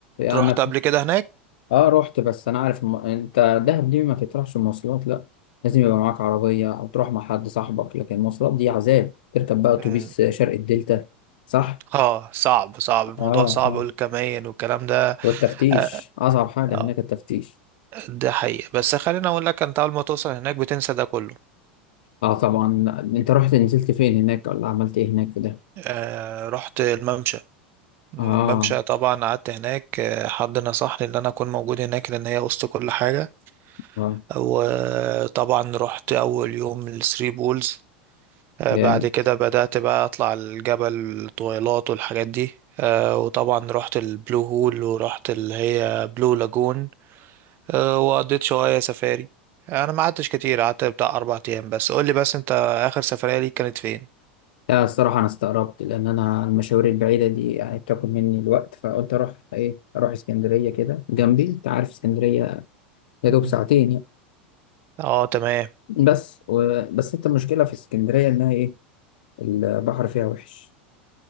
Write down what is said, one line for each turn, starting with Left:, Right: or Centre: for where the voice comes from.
Right: رحت
Left: انا
Right: قبل كده هناك؟
Left: اه رحت بس انا عارف الم... انت دهب دي ما تطرحش المواصلات لا لازم يبقى معاك عربية او تروح مع حد صاحبك لكن المواصلات دي عذاب تركب بقى اتوبيس
Right: مم.
Left: شرق الدلتا صح
Right: اه صعب صعب الموضوع
Left: اه
Right: صعب
Left: اه
Right: والكمين والكلام ده
Left: والتفتيش
Right: آه
Left: اصعب حاجة
Right: آه،
Left: هناك التفتيش
Right: ده حقيقة بس خليني أقول لك أنت أول ما توصل هناك بتنسى ده كله
Left: اه طبعا انت رحت نزلت فين هناك ولا عملت ايه هناك في ده
Right: آه رحت الممشى الممشى
Left: اه
Right: طبعا قعدت هناك آه، حد نصحني ان انا اكون موجود هناك لان هي وسط كل حاجة
Left: اه
Right: وطبعا رحت أول يوم الثري بولز آه،
Left: جامد
Right: بعد كده بدأت بقى أطلع الجبل طويلات والحاجات دي آه، وطبعا رحت البلو هول ورحت اللي هي بلو لاجون آه، وقضيت شوية سفاري أنا ما قعدتش كتير قعدت بتاع أربع أيام بس قولي بس أنت آخر سفرية ليك كانت فين؟
Left: لا الصراحة أنا استغربت لأن أنا المشاوير البعيدة دي يعني بتاكل مني الوقت فقلت أروح إيه أروح اسكندرية كده جنبي أنت عارف اسكندرية يا
Right: مم.
Left: دوب ساعتين يعني
Right: اه تمام
Left: بس و... بس أنت المشكلة في اسكندرية إنها إيه البحر فيها وحش